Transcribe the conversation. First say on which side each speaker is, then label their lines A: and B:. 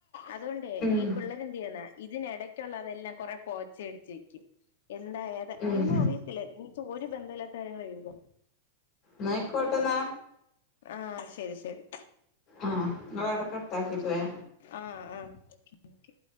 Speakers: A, on the left (about 70°); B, on the left (about 30°).
A: അതുണ്ടേ
B: ഉം
A: ഈ പിള്ളരെ എന്ത് ചെയ്യുന്നാ ഇതിനിടയ്ക്കുള്ളതെല്ലാം കൊറെ പോച്ചയടിച്ച് വെക്കും. എന്താഏതാ
B: ഉം
A: ഒന്നും അറിയത്തില്ല ന്ന്ച്ച ഒരു ബന്ധമില്ലാത്ത കാര്യങ്ങളാ എഴുതാ
B: ന്നയിക്കോട്ടന്നാ
A: ആഹ ശരി ശരി
B: ആഹ് നിങ്ങളവിടെ കട്ടാക്കിട്ടേ
A: ആഹ ആഹ ഓക്കെ ഓക്കെ